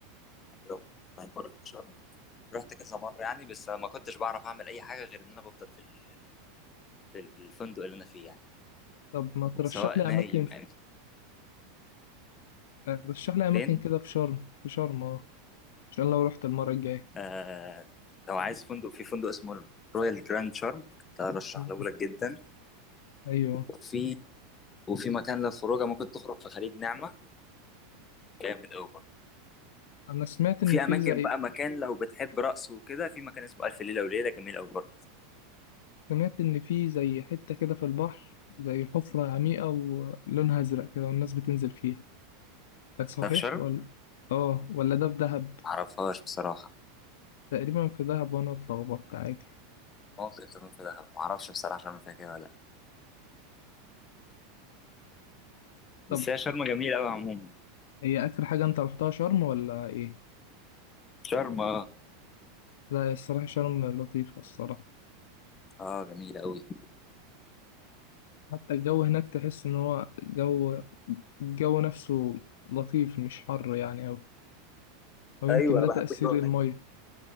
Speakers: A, on the left; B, on the left.
A: أيوة. طيب مرة رحت شرم رحت كذا مره يعني بس ما كنتش بعرف اعمل اي حاجه غير ان انا بفضل في ال- في الفندق اللي انا فيه يعني
B: طب ما ترشح
A: سواء
B: لي
A: نايم
B: أماكن في...
A: او
B: آه، رشح لي أماكن
A: فين
B: كده في شرم في شرم أه عشان لو رحت المرة الجاية
A: آه لو عايز فندق في فندق اسمه رويال جراند شارم ده ارشحه
B: مم.
A: لك جدا
B: أيوه
A: وفي وفي مكان للخروجه ممكن تخرج في خليج نعمه جامد قوي
B: أنا سمعت إن
A: وفي
B: في
A: اماكن
B: زي
A: بقى مكان لو بتحب رقص وكده في مكان اسمه الف ليله وليله جميل قوي برضه
B: سمعت إن في زي حتة كده في البحر زي حفرة عميقة ولونها أزرق كده والناس بتنزل فيها ده صحيح
A: ده في شرم
B: ولا آه ولا ده في دهب
A: معرفهاش بصراحه
B: تقريبا في دهب وأنا أطلع وبط عادي
A: ممكن تكون في دهب معرفش بصراحه شرم فيها كده ولا لا
B: طب
A: بس هي شرم جميله قوي عموما
B: هي آخر حاجة أنت رحتها شرم ولا إيه؟
A: شرم اه
B: لا هي الصراحة شرم لطيفة الصراحة
A: اه جميله قوي
B: حتى الجو هناك تحس إن هو جو الجو نفسه لطيف مش حر يعني أوي أو يمكن
A: ايوه انا
B: ده
A: بحب
B: تأثير
A: الجو هناك
B: المية